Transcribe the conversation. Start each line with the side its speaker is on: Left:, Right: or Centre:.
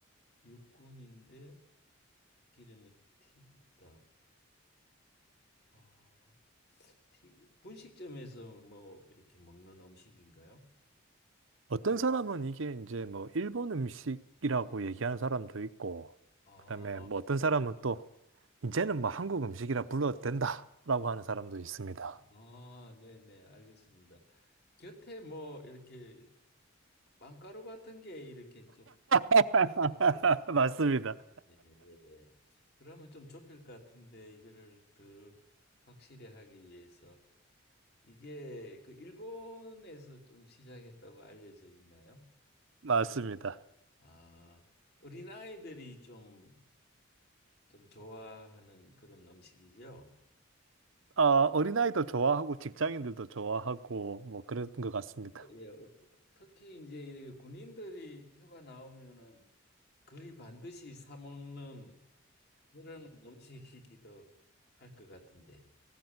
Left: 육군인데 기름에 튀겼다. 어, 튀기 분식점에서 뭐 이렇게 먹는 음식인가요?
Right: 어떤 사람은 이게 이제 뭐 일본 음식이라고 얘기하는 사람도 있고
Left: 아,
Right: 그다음에 뭐 어떤 사람은 또 이제는 뭐 한국 음식이라 불러도 된다라고 하는 사람도 있습니다.
Left: 아, 네네, 알겠습니다. 곁에 뭐 이렇게 빵가루 같은 게 이렇게 좀
Right: <laughs>
Left: 예,
Right: 맞습니다.
Left: 예, 예. 예. 그러면 좀 좁힐 것 같은데 이거를 더 확실히 하기 위해서 이게 그 일본에서 좀 시작했다고 알려져 있나요?
Right: 맞습니다.
Left: 아, 어린아이들이 좀 좀 좋아하는 그런 음식이죠.
Right: 어, 어린아이도 좋아하고 직장인들도 좋아하고 뭐 그런 것 같습니다.
Left: 어, 예, 어, 특히 이제 이 군인들이 휴가 나오면은 거의 반드시 사 먹는 그런 음식이기도 할 것 같은데.